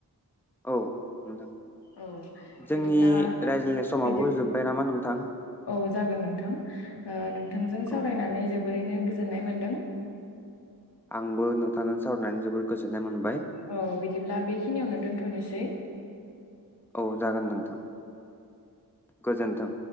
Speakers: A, in the centre; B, on the left.
A: औ नोंथां
B: औ
A: जोंनि
B: बिदिब्ला
A: रायज्लायनाय समावब
B: बिदि
A: जोब्बाय नामा नोंथां
B: औ जागोन नोंथां नोंथांजों सावरायनानै
A: औ
B: जोबोरैनो गोजोननाय मोन्दों
A: आंबो नोंथांजों सावरायनानै जोबोद गोजोननाय मोन
B: औ बिदिब्ला बेखिनियावनो दोनथ थनिसै
A: औ जागोन नोंथां गोजोन्थों